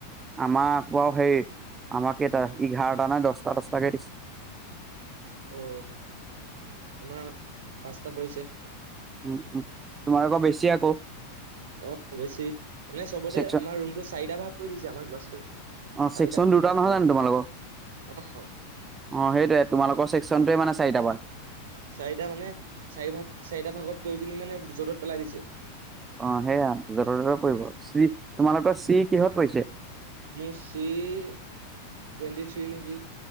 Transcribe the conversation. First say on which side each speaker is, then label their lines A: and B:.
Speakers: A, on the right; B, on the right.
A: আমাক বাৰ সেই, আমাক কেইটা, এঘাৰটা নাই দহটা দচটাকে দিছে।
B: অ' আমাৰ পাঁচটা পৰিছে।
A: উম উম তোমাৰ আকৌ বেছি আকৌ
B: অ বেছি মানে চবতে
A: চেকচন
B: আমাৰ ৰুমটো চাৰিটা ভাগ কৈ দিছে আমাৰ ক্লাছটো
A: অ'
B: চাৰিটা
A: চেকন দু নহয় জানো তোমালোকৰ?
B: অ',
A: অ' সেইটয়ে তোমালোকৰ চেকন মানে চাৰিটা বান
B: চাৰিটা মানে, চাৰি ভাগ, চাৰিটা ভাগত কৰি পিনি মানে য'টত পেলাই দিছে।
A: অ' সেয়া জত ততে পৰিব। চি, তোমালোকৰ চি কিহত পৰিছে?
B: মোৰ চি টুৱেণ্টি থ্ৰী নেকি